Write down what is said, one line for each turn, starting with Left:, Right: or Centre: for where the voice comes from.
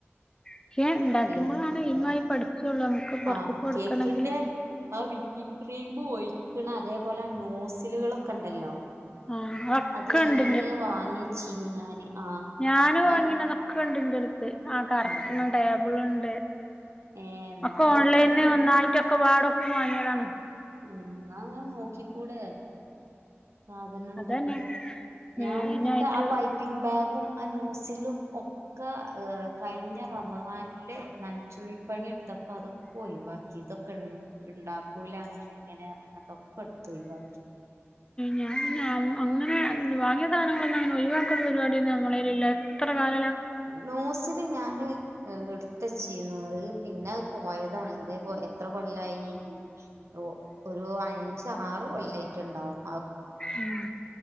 Left: പക്ഷെ ഉണ്ടാക്കുമ്പോളാണ്
Right: പിന്നെ
Left: എയിം ആയിട്ട് പഠികൊള്ളൂ, നമുക്ക് പുറത്ത്ക്ക്
Right: ആഹ്
Left: കൊടുക്കണെങ്കിലും.
Right: കേക്കിന്റെ ആ വിപ്പിംഗ് ക്രീമ് ഒഴിക്ക്ണ അതേപോലെ ആ നോസിലുകളൊക്കെ ഉണ്ടല്ലോ?
Left: ആഹ് അതൊക്കെ
Right: അത് വരേ
Left: ഉണ്ട്
Right: വാങ്ങി വെച്ചീനു ഞാന് ആഹ്
Left: ഞാനു വാങ്ങീനിയത്,
Right: അത്
Left: അതൊക്കെ ഉണ്ട് ഇന്റെടുത്ത്, ആ കറക്ക്ണ
Right: ആഹ്
Left: ടേബിള് ഉണ്ട്.
Right: ഏ എന്നാ
Left: ഒക്കെ
Right: ഇങ്ങക്ക്
Left: ഓൺലൈന്
Right: ഒന്ന് നോക്കി
Left: ഒന്നായിട്ടൊക്കെപാടെ ഒപ്പം വാങ്ങിയതാണ്.
Right: ആഹ്, ഇന്നാ അങ്ങനെ നോക്കിക്കൂടെ? സാധനം ഉണ്ടെങ്കില്,
Left: അതന്നെ മെയിനായിട്ട്
Right: ഞാന് ഇന്നട്ട് ആ പൈപ്പിംഗ് ബാഗും ആ നോസിലും, ഒക്കെ ഒക്കെ കഴിഞ്ഞ റമസാനില് നനച്ചുള്ളിപ്പണി എടുത്തപ്പോ അതൊക്കെ ഒഴിവാ ക്കി ഇതൊക്കെ ഉ ഉണ്ടാക്കൂല അങ്ങനെ ഇങ്ങനെ പറഞ്ഞിക്കാണ്ട് ഒക്കെ ഇടുത്തു ഒഴിവാക്കി.
Left: ഞാൻ പിന്നെ അങ്ങനെ വാങ്ങിയ സാധനങ്ങളൊന്നും അങ്ങനെ ഒഴിവാക്ക ഒഴിവാക്ക്ണ പരിപാടി ഒന്നുംഞങ്ങളിലില്ല. എത്ര കാല
Right: നോസില് ഞാന് ഇട്ത്ത് വെച്ചീർന്നു, അത് പിന്നെ അത് പോയതാണ്. അത് എത്ര കൊല്ലായി? ഉം, ഒ ഒരു അഞ്ചു ആറ് കൊല്ലായിട്ട്ണ്ടാവും.
Left: ഉം,